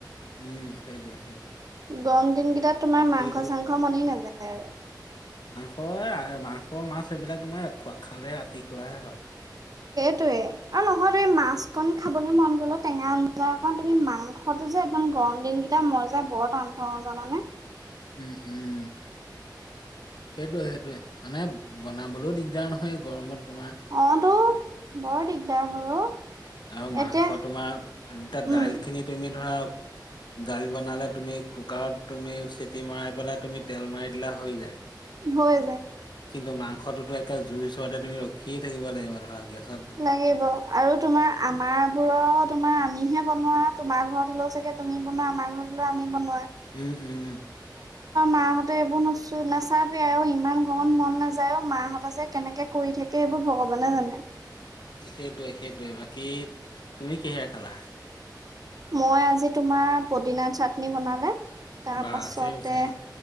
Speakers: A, on the left; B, on the right.
A: উম সেইটোোৱয়ে সেইটো
B: গৰম দিন কেইটাত তোমাৰ মাংস
A: তো
B: চাংস মনে নাযায় আৰু
A: হয় মাংস মাছ এইবিলাক তোমাৰ খোৱা খালে ৰাতি খুৱাহে হয়
B: য়ে আৰু নহয়তেই মাছ খন খাবলৈ মন গল টেঙা যাক তুমি মাংসটো যে একদম গৰম দিনকেইটা মই যাই বৰ টান থওঁ জানানে
A: উম সেইটোয়ে সেইটোোৱে মানে বনাবলৈও দিগদাৰ নহয় গৰমত তোমাৰ
B: অ' তো বৰ দিগদাৰ হয় অ
A: আৰু মাংস
B: এতিয়া
A: তোমাৰ
B: উম
A: দাইল খিনি তুমি ধৰা দাইল বনালে তুমি কুকাৰত তুমি চিটি মৰাই পেলাই তুমি তেল মাৰি দিলা হৈ যায়
B: হয়
A: কিন্তু মাংসটোতো একে জুই চোৱাতে তুমি ৰখিয়ে থাকিব লাগিব ধৰা গেছত
B: লাগিব আৰু তোমাৰ আমাৰ বোৰ তোমাৰ আমিহে বনোৱা তোমাৰ ঘৰত হ চাগে তুমি বনোৱা আমাৰ ঘৰত লো আমি বনোৱাাই
A: উম উম
B: মাহঁতে এইবোৰ নচো নাচাবি আৰু ইমান গত মন নাযায় অ মাহঁত যে কেনেকে কৰি থাকে এইবোৰ ভগৱানে জানে
A: সেইটোৱে সেইটয়ে বাকী তুমি কহয়া খালা
B: মই আজি তোমাৰ পুদিনা চাটনি বনালে তাৰ
A: বা
B: পাছতে
A: ছেম ছেম